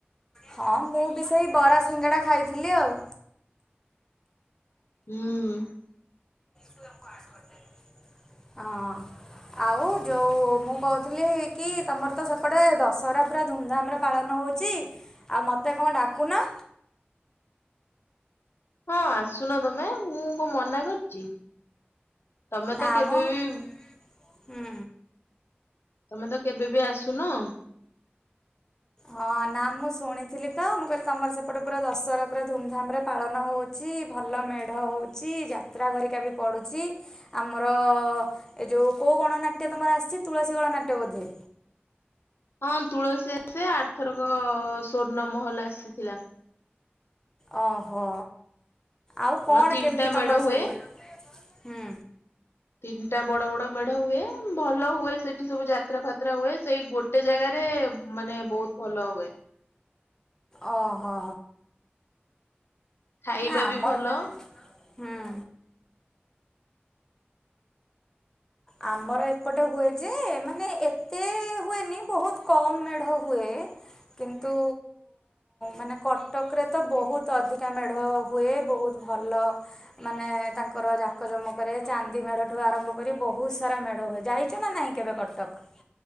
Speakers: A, on the left; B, on the left.
A: ହଁ ମୁଁ ବି ସେଇ ବରା ସିଙ୍ଗାଡ଼ା ଖାଇଥିଲି ଆଉ।
B: ହୁଁ।
A: ହଁ। ଆଉ ଯେଉ ମୁଁ କହୁଥିଲି କି ତମର ତ ସେପଟେ ଦଶହରା ପୁରା ଧୁମଧାମରେ ପାଳନ ହେଉଛି। ଛି ଆଉ ମୋତେ କଣ ଡାକୁନା।
B: ହଁ ଆସୁନ ତମେ ମୁଁ କଣ ମନା କରିଛି। ତମେ
A: ନାମ
B: ତ କେବେ ବି
A: ହୁଁ।
B: ତମେ ତ କେବେ ବି ଆସୁନ।
A: ହଁ ନା ମୁଁ ଶୁଣିଥିଲି ତ ମୁଁ କହିଲି ତମର ସେପଟେ ପୁରା ଦଶହରା ପୁରା ଧୁମଧାମ ରେ ପାଳନ ହୋଉ ଛି ଭଲ ମେଢ଼ ହେଉଛି ଯାତ୍ରା ହେରିକା ବି ପଡ଼ୁଛି। ଆମର ଏ ଯେଉଁ କେଉଁ ଗଣନାଟ୍ୟ ତୁମର ଆସିଛି ତୁଳସୀ ଗଣନାଟ୍ୟ ବୋଧେ?
B: ହଁ ତୁଳସୀ ଆସେ ଆରଥରକ ସ୍ୱର୍ଣ୍ଣ ମହଲ ଆସିଥିଲା।
A: ଓହୋ ଆଉ କଣ
B: ମ ତିନିଟା
A: କେମିତି
B: ମେଢ
A: ତମର
B: ହୁଏ।
A: ସବୁ? ହୁଁ
B: ତିନିଟା ବଡ-ବଡ ମେଢ ହୁଏ, ଭଲ ହୁଏ ସେ ଠି ସବୁ ଯାତ୍ରା ଫାତ୍ରା ହୁଏ, ସେଇ ଗୋଟେ ଜାଗାରେ ମାନେ ବହୁତ୍ ଭଲ ହୁଏ।
A: ଓହୋ।
B: ଖାଇବା
A: ନା ଆମର
B: ବି ଭଲ।
A: ହୁଁ। ଆମର ଏପଟେ ହୁଏ ଯେ, ମାନେ ଏତେ ହୁଏନି ବହୁତ କମ୍ ମେଢ଼ ହୁଏ। କିନ୍ତୁ ମାନେ କଟକ୍ ରେ ତ ବହୁତ୍ ଅଧିକା ମେଢ଼ ହୁଏ, ବହୁତ୍ ଭଲ ମାନେ ତାଙ୍କର ଜାକଜମକରେ ଚାନ୍ଦି ମେଢଠୁ ଆରମ୍ଭ କରି ବହୁ ବହୁତ୍ ସାରା ମେଢ଼ ହୁଏ, ଯାଇଚ ନା ନାଇଁ କେବେ କଟକ୍?